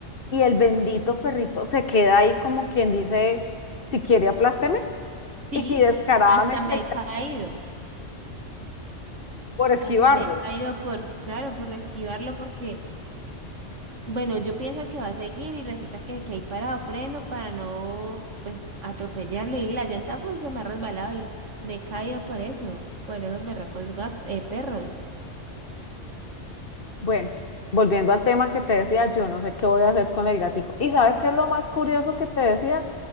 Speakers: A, on the left (about 50°); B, on the right (about 75°).
A: y el bendito perrito se queda ahí como quien dice, si quiere aplásteme, <laughs>
B: Sí,
A: y descaradamente
B: hasta me
A: hay que-
B: he caído,
A: por esquivarlos.
B: hasta me he caído por, claro, por esquivarlo, porque Bueno, yo pienso que va a seguir y resulta que, que hay parado freno para no pues atropellarlo y la llanta pues, se me ha resbalado y me he caído por eso, por esos berracos gat- eh, perros.
A: Bueno, volviendo al tema que te decía, yo no sé qué voy a hacer con el gatico. ¿Y sabes qué es lo más curioso que te decía?